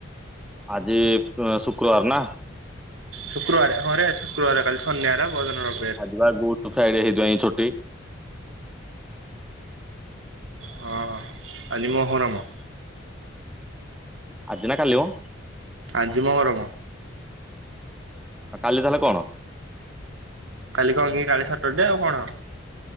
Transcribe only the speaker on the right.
ଶୁକ୍ରବାର ହଁ ରେ ଆଜି ଶୁକ୍ରବାର କାଲି ଶନିବାର ପରଦିନ ର
ହଁ ଆଜି ମୋହରମ
ଆଜି ମହରମ।
କାଲି କଲ୍ କି କାଲି ସଟର ଡେ ଆଉ କଣ।